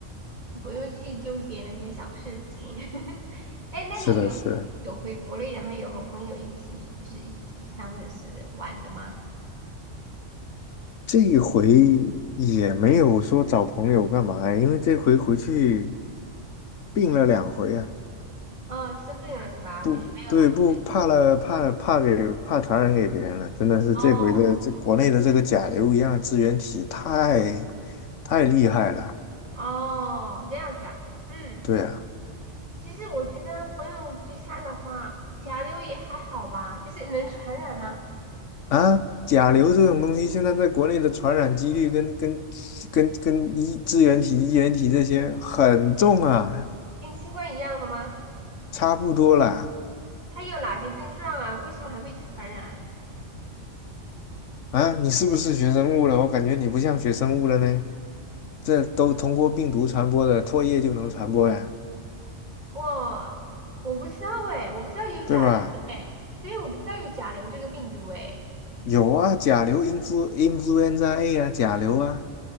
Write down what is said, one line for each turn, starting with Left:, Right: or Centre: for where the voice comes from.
Right: 不用去纠结那些小事情。<laughs> 哎，那你有
Left: 是的，是的，
Right: 有回国内，然后有和朋友一起就是一起聚餐或者是玩的吗？
Left: 这一回也没有说找朋友干嘛呀，因为这回回去病了两回啊，
Right: 哦，生病了是吧？
Left: 不对，
Right: 就是没有和朋友。
Left: 不怕了，怕怕给怕传染给别人了，真的是这回的这国内的这个甲流一样的支原体太
Right: 哦
Left: 太厉害了，
Right: 哦，这样子啊，嗯，
Left: 对啊。
Right: 其实我觉得朋友聚餐的话，甲流也还好吧，就是能传染吗？
Left: 啊，甲流这种东西，现在在国内的传染几率跟跟跟跟一支原体、衣原体这些很重啊，
Right: 跟新冠一样的吗？
Left: 差不多啦。
Right: 它有哪些症状啊？为什么还会传染？
Left: 啊，你是不是学生物了？我感觉你不像学生物了呢。这都通过病毒传播的，唾液就能传播呀，
Right: 我我不知道哎，我不知道有甲流哎，
Left: 对吧？
Right: 所以我不知道有甲流这个病毒哎，
Left: 有啊，甲流 influ influenza A 啊，甲流啊，